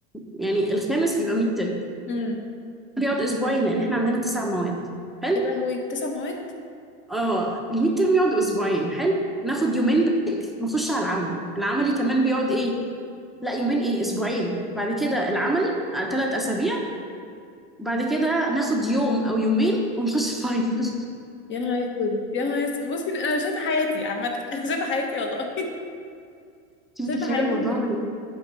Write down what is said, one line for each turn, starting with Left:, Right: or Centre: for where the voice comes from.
Centre: يعني الخامس بيبقى ميد ترم
Left: مم.
Centre: بيقعد اسبوعين لان احنا عندنا تسع مواد حلو
Left: يا لهوي تسع مواد
Centre: اه الميد ترم يقعد اسبوعين حلو ناخد
Left: مم.
Centre: يومين بريك نخش على العملي العملي كمان بيقعد ايه لا يومين ايه اسبوعين بعد كده العملي ثلاث اسابيع بعد كده ناخد يوم او يومين ونخش فاينل <laughs>
Left: يا نهار اسود يا نهار اسود بصي انا شايفه حياتي عامه <laughs> انا شايفه حياتي والله <laughs>
Centre: انت
Left: شايفه
Centre: متخيله
Left: حياتي
Centre: الموضوع
Left: ب-
Centre: عمل إيه؟